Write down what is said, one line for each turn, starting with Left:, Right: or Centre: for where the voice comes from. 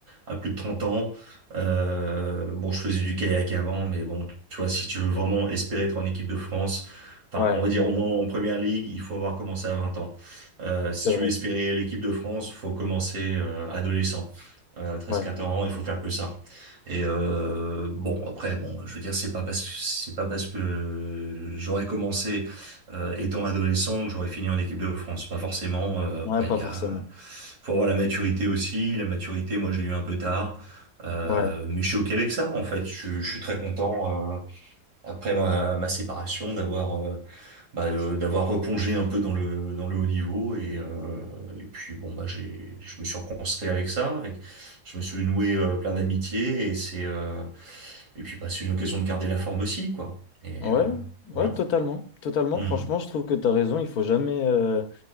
Right: à plus de 30 ans. Euh, bon, je faisais du kayak avant, mais bon, tu vois, si tu veux vraiment espérer être en équipe de France, enfin,
Left: ouais,
Right: on va dire au moins en première ligue, il faut avoir commencé à 20 ans. Euh, si
Left: c'est
Right: tu
Left: vrai.
Right: veux espérer l'équipe de France, faut commencer euh, adolescent. Euh, 13-14
Left: Ouais,
Right: ans, il faut faire que ça. Et euh, bon, après, bon, je veux dire, c'est pas parce que c'est pas parce que j'aurais commencé euh, étant adolescent, que j'aurais fini en équipe de France. Pas forcément. euh, après,
Left: ouais, pas
Right: il y
Left: forcément.
Right: a... faut avoir la maturité aussi. La maturité, moi, je l'ai eu un peu tard. Euh,
Left: Ouais,
Right: mais je suis OK avec ça, en fait. Je, je suis très content, euh, après ma, ma séparation, d'avoir euh, bah, euh, d'avoir replongé un peu dans le, dans le haut niveau. Et, euh, et puis, bon, bah, j'ai, je me suis reconstruit avec ça. Avec, je me suis noué euh, plein d'amitiés. Et c'est euh, et puis, bah, c'est une occasion de garder la forme aussi, quoi. Et
Left: ouais,
Right: euh,
Left: ouais,
Right: voilà.
Left: totalement. Totalement,
Right: Mhm.
Left: franchement, je trouve que tu as raison. Il faut jamais euh,